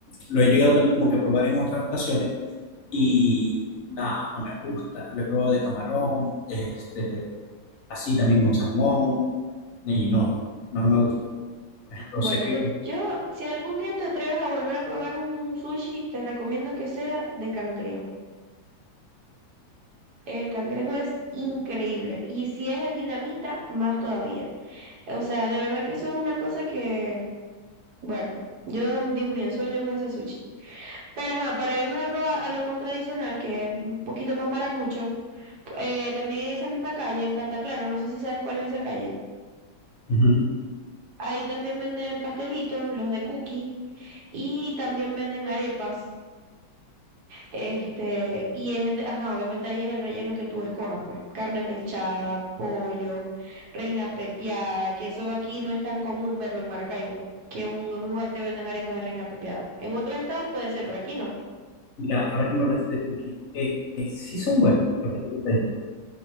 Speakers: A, on the left; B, on the right.
A: lo he llegado también como que a probar en otras ocasiones Y nada, no me gusta. Lo he probado de camarón, este, así también con salmón. Y no, no, no, no me gusta. Por ejemplo,
B: Bueno,
A: sé que...
B: yo, yo, si algún día te atreves a volver a probar un sushi, te recomiendo que sea de cangrejo. El cangrejo es increíble. Y si es el dinamita, más todavía. O sea, de verdad que eso es una cosa que, bueno, yo, Dios mío, sueño con ese sushi. Pero ajá, para irnos algo a, a lo más tradicional, que es un poquito más maracucho, eh, también en esa misma calle, en Cantaclaro, no sé si sabes cuál es esa calle.
A: Ujú.
B: Ahí también venden pastelitos, los de cookie, y también venden arepas. Este, y es, de- ajá, obviamente ahí es el relleno que tú escojas, pues. Carne mechada, pollo, reina pepiada, que eso aquí no es tan común verlo en Maracaibo, que un, un lugar te vendan arepas de reina pepiada. En otros estados puede ser, por aquí no.
A: Mira, ahora que me hablaste de cookies, eh, eh, sí son buenos los pasteles de ahí.